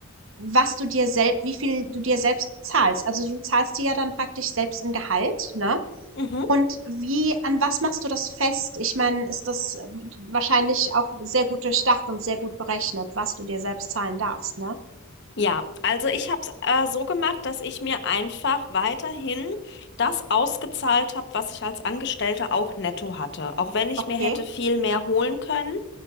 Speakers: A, on the right; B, on the left.
A: was du dir selbst, wie viel du dir selbst zahlst? Also du zahlst dir ja dann praktisch selbst ein Gehalt, ne?
B: Mhm.
A: Und wie, an was machst du das fest? Ich meine, ist das äh, wahrscheinlich auch sehr gut durchdacht und sehr gut berechnet, was du dir selbst zahlen darfst, ne?
B: Ja, also ich habe es äh, so gemacht, dass ich mir einfach weiterhin das ausgezahlt habe, was ich als Angestellte auch netto hatte. Auch wenn ich
A: Okay.
B: mir hätte viel mehr holen können.